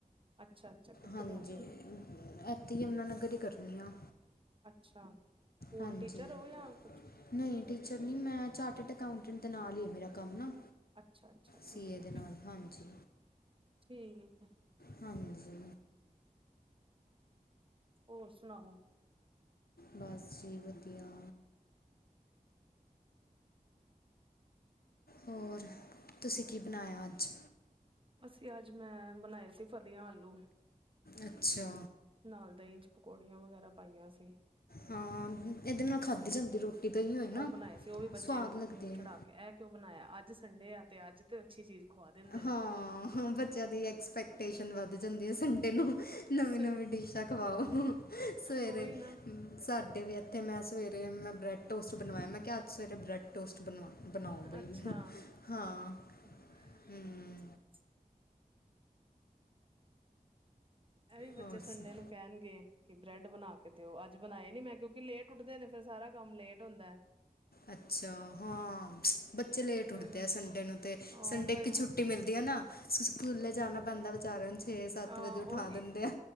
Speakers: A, on the right; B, on the left.
A: ਅੱਛਾ-ਅੱਛਾ ਕਿੱਥੇ
B: ਹਾਂਜੀ।
A: ਜੋਬ ਕਰਦੇ
B: ਇੱਥੇ ਹੀ ਯਮੁਨਾ ਨਗਰ ਹੀ ਕਰਨੀ ਆ।
A: ਅੱਛਾ। ਸਕੂਲ
B: ਹਾਂਜੀ
A: ਟੀਚਰ ਹੋ ਜਾਂ ਕੁਛ-
B: ਨਹੀਂ, ਟੀਚਰ ਨਹੀਂ ਮੈਂ ਚਾਰਟਡ ਅਕਾਊਂਟੈਂਟ ਦੇ ਨਾਲ ਹੀ ਹਾਂ। ਮੇਰਾ ਕੰਮ ਨਾ
A: ਅੱਛਾ- ਅੱਛਾ, ਠੀਕ
B: ਸੀ ਏ ਦੇ ਨਾਲ
A: ਹੈ
B: ਹਾਂਜੀ
A: -ਠੀਕ ਹੈ।
B: ਹਾਂਜੀ।
A: ਹੋਰ ਸੁਣਾਓ?
B: ਬਸ ਜੀ ਵਧੀਆ। ਹੋਰ ਤੁਸੀਂ ਕੀ ਬਣਾਇਆ ਅੱਜ?
A: ਅਸੀਂ ਅੱਜ ਮੈਂ ਬਣਾਏ ਸੀ ਫਲੀਆਂ- ਆਲੂ
B: ਅੱਛਾ।
A: ਨਾਲ ਦਹੀਂ 'ਚ ਪਕੌੜੀਆਂ ਵਗੈਰਾ ਪਾਈਆਂ ਸੀ।
B: ਹਾਂ, ਇਹਦੇ ਨਾਲ ਖਾਧੀ ਜਾਂਦੀ ਰੋਟੀ। ਤਾਂ ਹੀ ਹੋਏ ਨਾ
A: ਉਹ ਬਣਾਏ ਸੀ ਉਹ ਵੀ
B: ਸਵਾਦ
A: ਬੱਚੇ ਮੂੰਹ
B: ਲੱਗਦੇ ਹੈ
A: ਚੜਾ ਕੇ ਇਹ ਕਿਉਂ ਬਣਾਇਆ। ਅੱਜ ਸੰਡੇ ਆ ਤੇ ਅੱਜ ਤੇ ਅੱਛੀ ਚੀਜ਼ ਖਵਾ ਦਿੰਦੇ
B: ਹਾਂ, ਬੱਚਿਆਂ ਦੀ ਐਕਸਪੈਕਟੇਸ਼ਨ ਵੱਧ ਜਾਂਦੀ ਹੈ ਸੰਡੇ ਨੂੰ। ਨਵੀਂ
A: ਸਹੀ
B: -ਨਵੀਂ ਡਿਸ਼ਾਂ ਖਵਾਓ। ਸਵੇਰੇ
A: ਉਹੀ ਨਾ
B: ਸਾਡੇ ਵੀ ਤੇ ਮੈਂ ਸਵੇਰੇ ਮੈਂ ਬ੍ਰੈਡ ਟੋਸਟ ਬਣਵਾਏ। ਕਿਹਾ ਅੱਜ ਸਵੇਰੇ ਬ੍ਰੈਡ ਟੋਸਟ ਬਣਵਾ। ਬਣਾਓ ਬਈ।
A: ਅੱਛਾ-ਅੱਛਾ
B: ਹਾਂ।
A: <unintelligible>
B: ਹਮ,
A: ਇਹ ਵੀ ਬੱਚੇ
B: ਹੋਰ
A: ਸੰਡੇ
B: ਸੁਣਾ
A: ਨੂੰ ਕਹਿਣਗੇ ਕਿ ਬ੍ਰੈਡ ਬਣਾ ਕੇ ਦਿਓ। ਅੱਜ ਬਣਾਏ ਨੀ ਮੈਂ ਕਿਉਂਕਿ ਲੇਟ ਉੱਠਦੇ ਨੇ ਫਿਰ ਸਾਰਾ ਕੰਮ ਲੇਟ ਹੁੰਦਾ।
B: ਅੱਛਾ। ਹਾਂ, ਬੱਚੇ ਲੇਟ
A: ਫਿਰ
B: ਉੱਠਦੇ ਆ ਸੰਡੇ ਨੂੰ ਤਾਂ
A: ਹਾਂ
B: ਸੰਡੇ
A: ਫਿਰ
B: ਇੱਕ ਛੁੱਟੀ ਰੁੋਟੀ ਮਿਲਦੀ ਹੈ ਨਾ ਸਕੂਲੇ ਜਾਣਾ ਪੈਂਦਾ ਵਿਚਾਰਿਆਂ ਨੂੰ ਛੇ -ਸੱਤ
A: ਹਾਂ
B: ਸੱਤ ਵਜੋਂ ਉਠਾ
A: ਉਹੀ
B: ਦਿੰਦੇ ਆ।